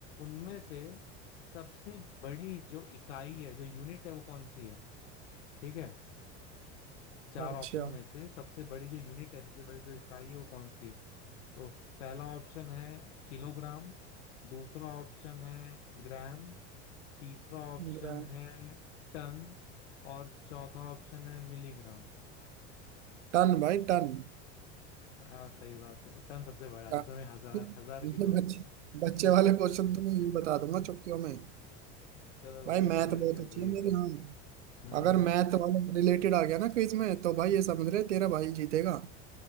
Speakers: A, on the left; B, on the right.
A: उनमें से सबसे बड़ी जो इकाई है जो यूनिट है वो कौन सी है ठीक है चार
B: अच्छा
A: ऑप्शन में से सबसे बड़ी जो यूनिट है सबसे बड़ी जो इकाई है वो कौन सी है तो पहला ऑप्शन है किलोग्राम दूसरा ऑप्शन है ग्राम तीसरा ऑप्शन
B: ग्रैंड
A: है टन और चौथा ऑप्शन है मिलीग्राम
B: टन भाई टन
A: हाँ सही बात है टन सबसे बड़ा है
B: हाँ।
A: उसमें हजार हजार
B: ये
A: किलो
B: बच्चे
A: आते हैं
B: बच्चे वाले क्वेश्चन तो मैं यूं
A: <laughs>
B: बता दूंगा चुटकियों में
A: चलो बढ़िया
B: भाई मैथ
A: तैयारी
B: बहुत
A: चल
B: अच्छी
A: रही
B: है
A: है
B: मेरी
A: एकदम
B: हाँ
A: हम्म
B: अगर मैथ वाला रिलेटेड आ गया ना क्विज में तो भाई ये समझ रहे तेरा भाई जीतेगा